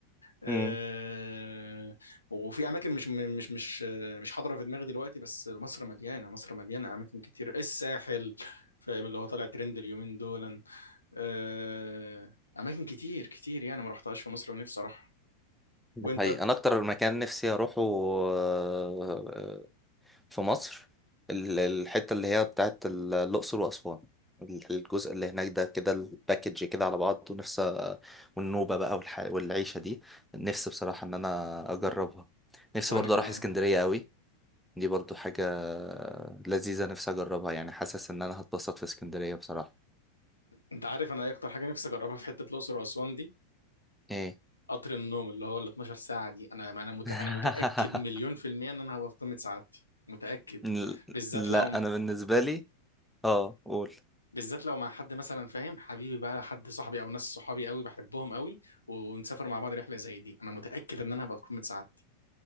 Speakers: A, on the left; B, in the centre.
A: آه،
B: امم
A: وفي اماكن مش مش مش آه، مش حاضرة في دماغي دلوقتي بس مصر مليانة مصر مليانة اماكن كتير الساحل فاهم اللي هو طالع ترند اليومين دول آه، اماكن كتير كتير يعني ما رحتهاش في مصر ونفسي اروح
B: ده
A: وانت
B: حقيقي انا اكتر مكان نفسي اروحه آه، في مصر ال- الحتة اللي هي بتاعت ال- الأقصر وأسوان ال- الجزء اللي هناك ده كده الباكج كده على بعض ونفسي والنوبة بقى والح... والعيشة دي نفسي بصراحة إن أنا أجربها نفسي
A: وانا
B: برضه
A: كمان
B: أروح اسكندرية قوي دي برضه حاجة لذيذة نفسي أجربها يعني حاسس إن أنا هتبسط في اسكندرية بصراحة
A: انت عارف انا ايه اكتر حاجه نفسي اجربها في حته الاقصر واسوان دي
B: إيه
A: قطر النوم اللي هو ال 12 ساعة دي انا انا مت...
B: <laughs>
A: انا متأكد مليون في المية ان انا هبقى في قمة سعادتي متأكد
B: ل-
A: بالذات
B: لا
A: لو
B: أنا بالنسبة لي آه قول
A: بالذات لو مع حد مثلا فاهم حبيبي بقى حد صاحبي او ناس صحابي قوي بحبهم قوي و- ونسافر مع بعض رحلة زي دي انا متأكد ان انا هبقى في قمة سعادتي